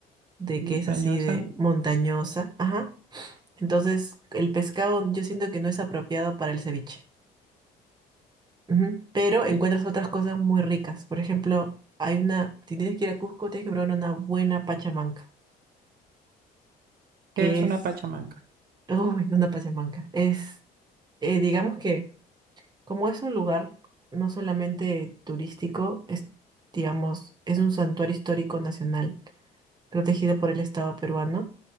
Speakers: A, on the right; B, on the right.
A: de que
B: Montañosa,
A: es así de montañosa. Ajá. Entonces, el pescado yo siento que no es apropiado para el ceviche. Ujú. Pero encuentras
B: sí,
A: otras cosas muy ricas. Por ejemplo, hay una, si tienes que ir a Cusco, tienes que probar una buena pachamanca, que
B: que es una
A: es,
B: pachamanca.
A: <laughs> uy, una pachamanca. Es, eh, digamos que, como es un lugar no solamente turístico, es, digamos, es un santuario histórico nacional protegido por el Estado peruano